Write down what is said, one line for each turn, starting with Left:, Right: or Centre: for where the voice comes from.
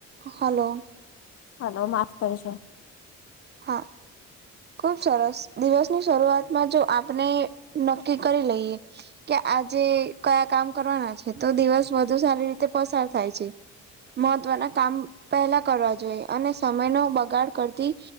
Right: હાલો.
Left: હાલો માફ કરસો
Right: હા. ખુબ સરસ દિવસની શરૂઆતમાં જો આપણે નક્કી કરી લઈએ કે આજે કયા કામ કરવાના છે, તો દિવસ વધુ સારી રીતે પસાર થાય છે. મહત્વના કામ પહેલા કરવા જોઈએ અને સમયનો બગાડ કરતી